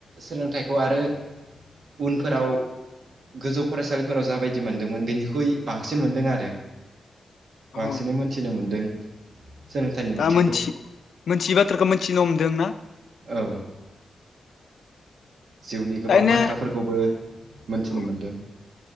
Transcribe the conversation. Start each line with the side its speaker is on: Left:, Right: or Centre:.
Right: सोलोंथाइखौ आरो उनफोराव गोजौ फरायसालिफोराव जाबायदि मोनदोंमोन बेनिख्रुइ बांसिन मोनदों आरो बांसिनै
Left: औ
Right: मोनथिनो मोनदों सोलोंथाइनि ओंथिखौ
Left: दा मोनथि मोनथियै बाथ्राखौ मिथिनो हमदों ना
Right: औ जिउनि गोबां
Left: दायनो
Right: बाथ्राफोरखौबो मोनथिनो
Left: औ
Right: मोन्दों